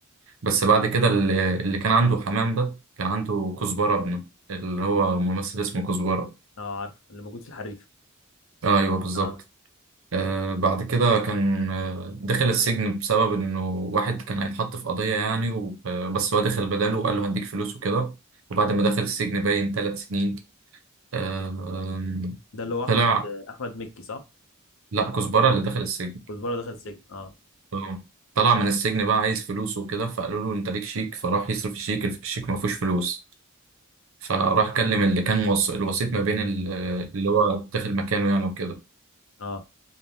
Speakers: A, on the right; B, on the left.
A: بس بعد كده اللي, اللي كان عنده حمام ده كان عنده كزبرة ابنه اللي هو ممثل اسمه كزبرة
B: اه عارف اللي موجود في الحريف
A: آه ايوه بالظبط
B: اه
A: آه بعد كده كان آه دخل السجن بسبب انه واحد كان هيتحط في قضية يعني وب- بس هو دخل بداله وقال له هديك فلوس وكده وبعد ما دخل السجن باين ثلاث سنين آه
B: ده اللي هو
A: طلع
B: احمد احمد مكي صح؟
A: لا كزبرة اللي دخل السجن
B: كزبره دخل السجن اه
A: آه، طلع من السجن بقى عايز فلوس وكده فقالوا له انت ليك شيك فراح يصرف الشيك الشيك ما فيهوش فلوس فراح كلم اللي كان وص... الوسيط ما بين ال- اللي هو داخل مكانه يعني وكده
B: اه